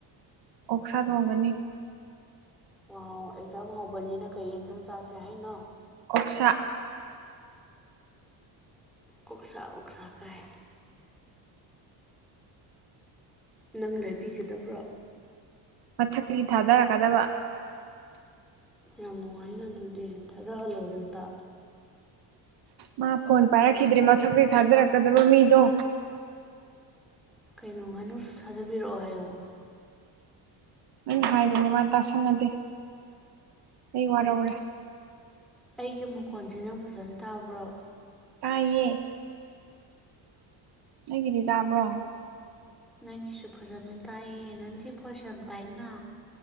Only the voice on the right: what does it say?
ꯑꯣꯛꯁꯥ ꯊꯣꯡꯒꯅꯤ
ꯑꯣꯛꯁꯥ
ꯃꯊꯛꯗꯤ ꯊꯥꯗꯔꯛꯀꯗꯕ
ꯃꯥ ꯐꯣꯟ ꯄꯥꯏꯔꯛꯈꯤꯗ꯭ꯔꯦ ꯃꯊꯛꯇ ꯊꯥꯗꯔꯛꯀꯗꯕ ꯃꯤꯗꯣ
ꯅꯪ ꯍꯥꯏꯕꯅꯦ ꯃꯥ ꯇꯥꯁꯟꯅꯗꯦ ꯑꯩ ꯋꯥꯔꯧꯔꯦ
ꯇꯥꯏꯌꯦꯦ ꯅ ꯀꯗꯤ ꯇꯥꯕ꯭ꯔꯣ